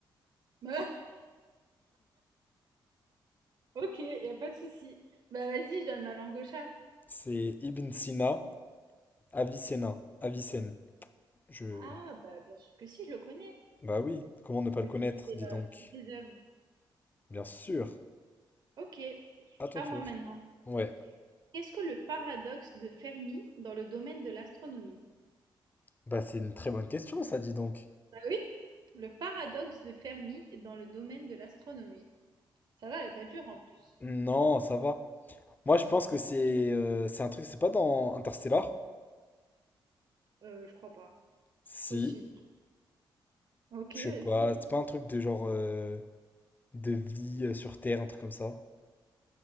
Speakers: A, on the right; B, on the left.
A: <laughs> Ok, y a pas de souci. Bah vas-y, je donne ma langue au chat.
B: C'est Ibn Sina, Avicenna, Avicenne. Je...
A: Ah bah bien sûr que si, je le connais.
B: Bah oui, comment ne pas
A: Vu
B: le connaître,
A: tous ses,
B: dis
A: euh,
B: donc.
A: toutes ses œuvres.
B: Bien sûr,
A: Ok,
B: à ton
A: à
B: tour.
A: moi maintenant.
B: Ouais,
A: Qu'est-ce que le paradoxe de Fermi dans le domaine de l'astronomie?
B: bah c'est une très bonne question, ça, dis donc.
A: Bah oui, le paradoxe de Fermi dans le domaine de l'astronomie. Ça va, elle est pas dure en plus.
B: Non, ça va. Moi, je pense que c'est euh, c'est un truc, c'est pas dans Interstellar?
A: Euh, je crois pas.
B: Si.
A: Possible. Ok,
B: Je sais
A: vas-y.
B: pas, c'est pas un truc de genre euh, de vie euh, sur Terre, un truc comme ça,